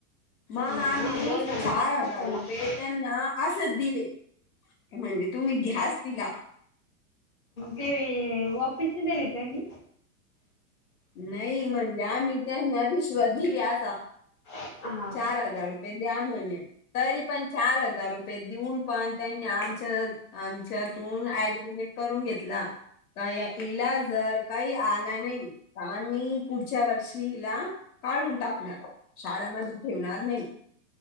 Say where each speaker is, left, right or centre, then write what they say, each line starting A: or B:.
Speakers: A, on the left (about 70°); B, on the left (about 20°).
A: मग
B: नाही
A: आम्ही
B: मॅडम
A: चार
B: आज
A: हजार
B: कस काय
A: रुपये त्यांना असच दिले. म्हणजे तुम्ही घ्यास दिला.
B: ते वापिस नि दिले काय नाही
A: नाही ई मग द्या त्यांना रिशवत दिली अस
B: हा
A: चार हजार द्या म्हणे तरी पण चार हजार रुपये देऊन पण त्यांनी आमच आमच्यातून एग्रीमेंट करून घेतला काय ईला जर काही आला नाही आणि पुढच्या वर्षीला काढून टाकणार. शाळामध्ये ठेवणार नाही